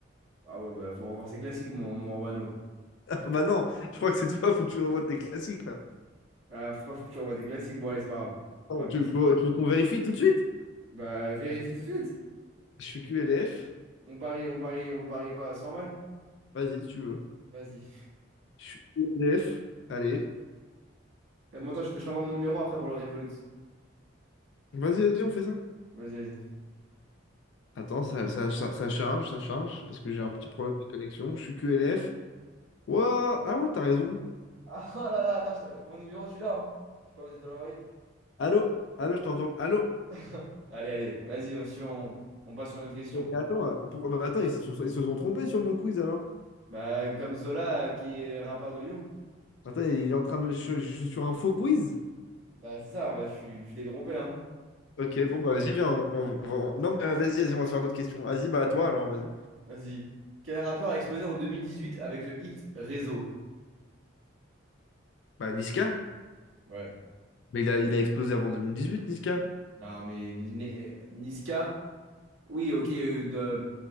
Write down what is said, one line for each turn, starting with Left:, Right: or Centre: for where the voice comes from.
Right: Ah ouais, bah faut revoir ses classiques, mon, mon Romano.
Left: Bah non, je crois que c'est toi, faut que tu revoies tes classiques là.
Right: Ah frère, faut que tu revois tes classiques. Bon allez, c'est pas grave.
Left: Non,
Right: On va
Left: tu,
Right: pas se-
Left: tu veux tu veux qu'on vérifie tout de suite?
Right: Bah vérifie tout de suite.
Left: Je suis QLF.
Right: On parie, on parie, on peut parier quoi? 100 balles?
Left: Vas-y, si tu veux.
Right: Vas-y.
Left: Je suis QLF. Allez.
Right: Euh, Moi, attends, je te- je t'envoie mon numéro après pour le Revolut.
Left: Vas-y, vas-y, on fait ça.
Right: Vas-y, vas-y.
Left: Attends, ça, ça, ça, ça charge, ça charge, parce que j'ai
Right: Voilà.
Left: un petit problème de connexion. Je suis QLF. Ouah, ah ouais, t'as raison.
Right: Ah <laughs> ah là là, attends, je te- mon numéro tu l'as, hein. Je suis pas obligé de l'envoyer.
Left: Allô? Allô, je t'entends. Allô?
Right: <laughs> Allez, allez, vas-y, euh, si on, on passe sur une autre question.
Left: Et attends, euh, pour- bah attends, ils se sont, ils se sont trompés sur mon quiz alors.
Right: Bah, comme Zola, euh, qui est rappeur de Lyon.
Left: Attends, il est en train de me. Je, je suis sur un faux quiz?
Right: Bah, c'est ça, bah, tu, tu t'es trompé, hein.
Left: Ok, bon, bah vas-y, viens. on- on- on- Non, mais euh, vas-y, vas-y, on va faire d'autres questions. Vas-y, bah à toi alors, vas-y.
Right: Vas-y. Quel rappeur a explosé en 2018 avec le hit Réseau?
Left: Bah Niska?
Right: Ouais.
Left: Mais il a, il a explosé avant 2018, Niska.
Right: Non, mais Né- euh, Niska, oui, ok, il y a eu de,